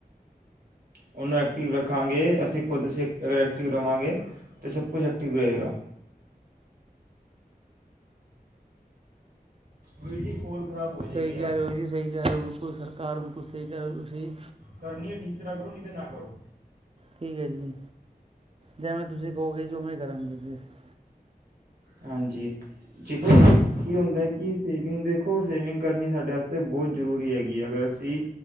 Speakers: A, on the right; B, on the right.
A: ਉਹਨੂੰ ਐਕਟਿਵ ਰੱਖਾਂਗੇ ਅਸੀਂ ਖੁਦ ਅਸੀਂ ਅਗਰ ਐਕਟਿਵ ਰਹਾਂਗੇ ਤਾਂ ਸਭ ਕੁਛ ਐਕਟਿਵ ਰਹੇਗਾ ਵੀ ਕੋਲ ਖਰਾਬ ਹੋ ਜਾਏਗੀ
B: ਸਹੀ
A: ਯਾਰ
B: ਕਹਿ ਰਹੇ ਹੋ ਜੀ ਸਹੀਹਿ ਰਹੇ ਹੋ ਬਿਲਕੁ ਸਰ ਕਾਰਨ ਕੁਸੇ ਕਰੋ ਤੁਸੀ
A: ਕਰਨਨੀ ਹੈ ਠੀਕ ਤਰ੍ਹਾਂ ਕਰੋ ਨ ਤੇ ਨਾ ਕਰੋ
B: ਠੀਕ ਹੈ ਜੀ ਜਿਵੇਂ ਤੁਸੀਂ ਕਹੋਗੇ ਜੀ ਉਵੇਂ ਹੀ ਕਰਾਂਗੇ ਜੀ ਅਸੀਂ
A: ਹਾਂਜੀ ਦੇਖੋ ਕੀ ਹੁੰਦਾ ਕਿ ਸੇਵਿੰਗ ਦੇਖੋ ਸੇਵਿੰਗ ਕਰਨੀ ਸਾਡੇ ਵਾਸਤੇ ਬਹੁਤ ਜ਼ਰੂਰੀ ਹੈਗੀ ਹੈ ਅਗਰ ਅਸੀਂ